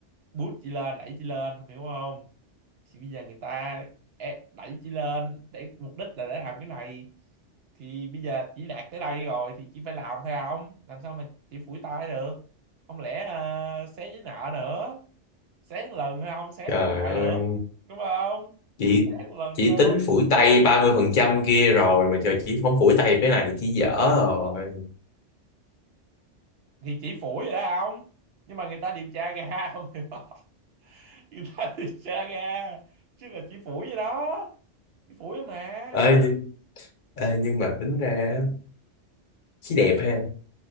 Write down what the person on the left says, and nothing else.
trời
ơi
chị
chị
tính phủi tay 30% kia rồi mà trời chị không phủi tay được cái này thì chị dở rồi
ơi nhưng, ê, nhưng mà tính ra chị đẹp ha